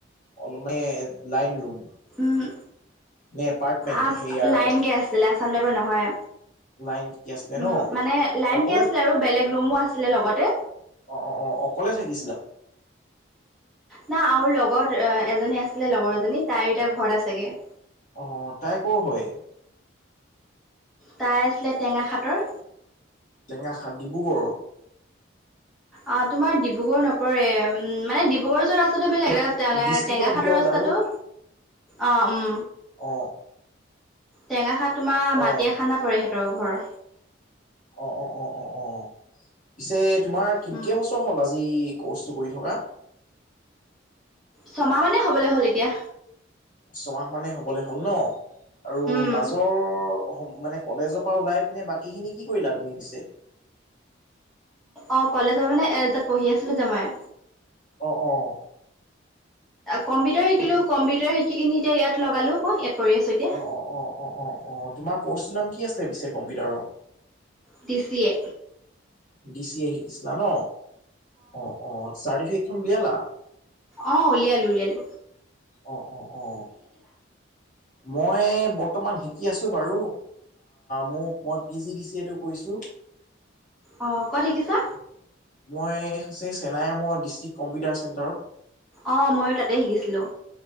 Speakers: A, on the left; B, in the centre.
A: অলপ মানে লাইন ৰুম
B: উম
A: নে এপাৰ্টমেন্ট
B: আ
A: সেয়াৰ
B: লাইন কে আছিলে আসাম টাইপৰ নহয়
A: লাইন কি আছিলে
B: উম
A: ন
B: মানে লাইনকে
A: অকলে
B: আছিলে আৰু বেলেগ ৰুমো আছিলে লগতে।
A: অ অ অ অকলে থাকিছিলা।
B: না আৰু লগৰ এজনী আছিলে লগৰ জনী তাই এতয়া ঘৰত আছেগে
A: অ তাই কৰ হয়।
B: তাই আছিলে টেঙা খাটৰ
A: টেঙাখাত ডিব্ৰুগড়
B: অ তোমাৰ ডিব্ৰুগড় নপৰে উম মানে ডিব্ৰুগড় যোৱা ৰাস্তাত বেলেগ এ টেঙা
A: ডিষ্ট্ৰিক্টৰ
B: -টেঙা
A: ভিতৰত
B: খাটৰ ৰাস্তাটো
A: আৰু
B: অ উম।
A: অ
B: টেঙা খাৰ তোমাৰ মাটি
A: অ
B: এ খানা পৰে হিঁতৰ ঘৰৰ
A: অ অ অ অ অ পিছে তোমাৰ কিনকেই
B: উম
A: বছৰ হ'ল আজি- কৰ্চটো কৰি থকা।
B: ছমাহ মানেই হ'বলৈ হ'ল এতিয়া
A: ছমাহ মানে হ'বলে হ'ল ন আৰু
B: উম
A: মাজৰ সময় মানে কলেজৰ পৰা ওলাই পিনে বাকী খিনি কি কৰিলা তুমি পিছে।
B: অঁ কলেজৰ মানে তাত পঢ়ি আছিলোঁ যে মই।
A: অ অ।
B: কম্পিউটাৰ শিকিলো কম্পিউটাৰ শিকি কিনি এতিয়া ইয়াত লগালো ক ইয়াত কৰি আছো এতিয়া
A: অ অ অ অ অ অ তোমাৰ ক'ৰ্চটো নাম কি আছিলে পিছে কম্পিউটাৰৰ
B: DC A
A: D C A শিকিছিলা ন অ অ চাৰ্টিফিকট উলিয়ালা।
B: অ উলিয়ালো লালো।
A: অ অ অ মই বৰ্তমান শিকি আছোঁ বাৰু মোক মই পি জি ডি চি এটো কৰিছোঁ। উ
B: অ ক'ত শিকিছা
A: মই হৈছে চেনাইমৰ ডিষ্ট্ৰিক্ট কম্পিউটাৰ চেণ্টাৰত
B: অঁ ময়ো তাতে শিকিছিলোঁ